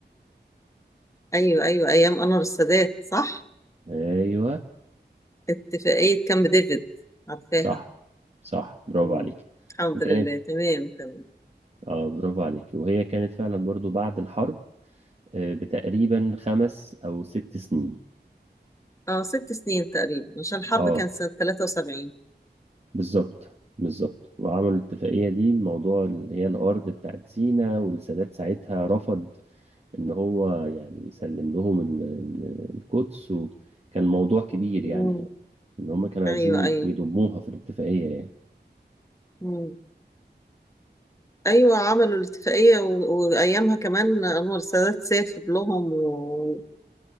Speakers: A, on the left (about 15°); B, on the right (about 35°).
A: أيوة أيوة أيام أنور السادات صح
B: ايوه
A: اتفاقية كامب ديفيد عارفاها
B: صح صح برافو
A: مم.
B: عليك
A: الحمد
B: وكانت
A: لله تمام تمام
B: اه برافو عليك وهي كانت فعلا برضو بعد الحرب آه، بتقريبا خمس او ست سنين
A: اه ست سنين تقريبا عشان الحرب
B: اه
A: كانت سنة 73
B: بالظبط بالظبط وعملوا الاتفاقية دي موضوع اللي هي الارض بتاعت سينا والسادات ساعتها رفض ان هو يعني يسلم لهم ال- ال- القدس وكان موضوع كبير
A: مم.
B: يعني ان هم كانوا
A: ايوه
B: عايزين
A: ايوه
B: يضموها في الاتفاقية يعني
A: مم. ايوه عملوا الاتفاقية و... وايامها كمان انور السادات سافر لهم وكانت